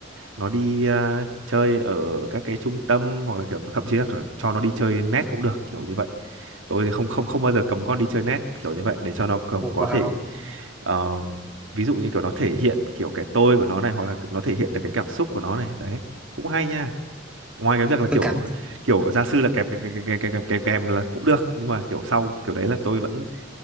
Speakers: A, on the right; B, in the centre.
A: nó đi à, chơi ở các cái trung tâm hoặc là kiểu thậm chí là kiểu cho nó đi chơi net cũng được kiểu như vậy tôi thì không không không bao giờ cấm con đi chơi net kiểu như vậy để cho nó kiểu
B: vào
A: có thể ờ, ví dụ như kiểu nó thể hiện kiểu cái tôi của nó này hoặc là nó thể hiện được cái cảm xúc của nó này đấy cũng hay nha ngoài cái việc là kiểu
B: tôi cảm
A: kiểu gia sư là kèm kèm kèm kèm kèm kèm kèm kèm là cũng được nhưng mà kiểu sau kiểu đấy là tôi vẫn